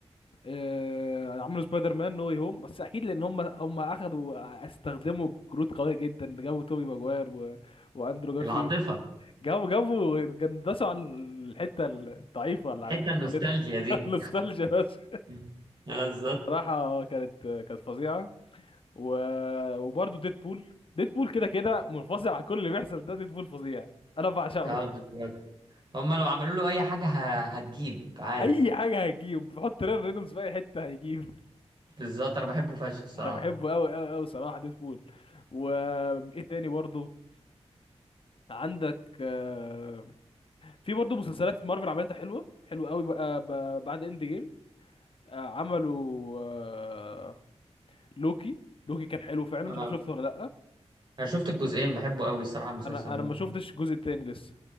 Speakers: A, on the left (about 50°); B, on the right (about 40°).
A: آه، عملوا سبايدر مان نو واي هوم بس اكيد لان هم هم اخذوا استخدموا كروت قويه جدا جابوا توبي ماجواير و... واندرو جارفيلد
B: العاطفة
A: جابوا جابوا جندسوا على الحته الضعيفه اللي
B: حتة
A: عندنا
B: النوستالجيا
A: كلنا
B: دي
A: <laughs> نوستالجيا بس
B: مم. اه بالظبط
A: صراحه كانت كانت فظيعه و... وبرده ديدبول ديدبول كده كده منفصل عن كل اللي بيحصل ده ديدبول فظيع انا بعشقه
B: اه بالظبط هما لو عملوا له اي حاجة ه- هتجيب عادي
A: اي حاجه هيجيب بحط ريان رينولدز في اي حته هيجيب
B: بالظبط انا بحبه فشخ الصراحة
A: انا بحبه قوي قوي قوي صراحه ديدبول وايه تاني برضه عندك آه، في برضه مسلسلات في مارفل عملتها حلوه حلوه قوي بقى ب- بعد اند جيم آه، عملوا آه، لوكي لوكي كان حلو فعلا
B: اه
A: مش عارف شفته ولا لا
B: انا شفت الجزئين بحبه قوي الصراحه المسلسل
A: انا انا
B: ده
A: ما شفتش الجزء التاني لسه